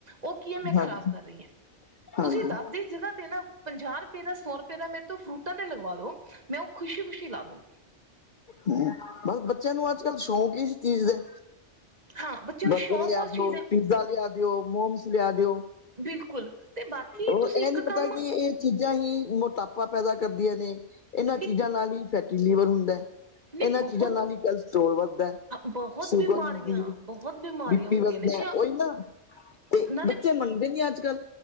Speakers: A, on the right; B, on the left.
A: ਓ ਕੀ ਆ ਮੈਂ ਖ਼ਰਾਬ
B: ਹਾਂਜੀ
A: ਕਰ
B: ਹਾਂਜੀ
A: ਰੀਆ
B: ਹਮ
A: ਤੁਸੀਂ ਦੱਸਦੀ ਜਗ੍ਹਾ ਤੇ ਨਾ ਪੰਜਾਹ ਰੁਪਏ ਦਾ ਸੌ ਰੁਪਏ ਦਾ ਮੇਰੇ ਤੋਂ ਫਰੂਟਾਂ ਤੇ ਲਗਵਾ ਦੋ ਮੈਂ ਓ ਖੁਸ਼ੀ-ਖੁਸ਼ੀ ਲਾ ਦੂੰਗੀ।
B: ਹੂੰ ਬਸ ਬੱਚਿਆਂ ਨੂੰ ਅੱਜ-ਕੱਲ ਸ਼ੌਂਕ ਈ ਇਸ ਚੀਜ਼ ਦੈ।
A: ਹਾਂ ਬੱਚੇ ਨੂੰ
B: ਬਰਗਰ
A: ਸ਼ੌਕ
B: ਲਿਆ
A: ਉਸ ਚੀਜ਼
B: ਦਿਓ,
A: ਦਾ
B: ਪੀਜ਼ਾ ਲਿਆ ਦਿਓ, ਮੋਮਸ ਲਿਆ ਦਿਓ।
A: ਬਿਲਕੁੱਲ ਤੇ ਬਾਕੀ
B: ਉਹ
A: ਤੁਸੀਂ
B: ਇਹ
A: ਇੱਕ
B: ਨੀ
A: ਕੰਮ
B: ਪਤਾ ਕਿ ਇਹ ਚੀਜ਼ਾਂ ਹੀ ਮੋਟਾਪਾ ਪੈਦਾ ਕਰਦੀਆਂ ਨੇ ਏਨਾਂ
A: ਨੀ
B: ਚੀਜ਼ਾਂ ਨਾਲ ਹੀ ਫੈਟੀ ਲਿਵਰ ਹੁੰਦੈ।
A: ਨਹੀਂ
B: ਏਨਾਂ
A: ਬਹੁਤ
B: ਚੀਜ਼ਾਂ ਨਾਲ ਈ ਕੈਲ ਸਟੋਰਲ ਵੱਧਦੈ
A: ਬਹੁਤ
B: ਸ਼ੂਗਰਮ
A: ਬਿਮਾਰੀਆਂ
B: ਦੀ
A: ਬਹੁਤ ਬਿਮਾਰੀਆਂ
B: ਬੀ ਪੀ
A: ਹੁੰਦੀਆਂ
B: ਵੱਧਦੈ
A: ਨੇ ਜੀ
B: ਓਈ ਨਾ ਤੇ
A: ਨਾਲੇ
B: ਬੱਚੇ ਮੰਨਦੇ ਨੀ ਅੱਜ-ਕੱਲ।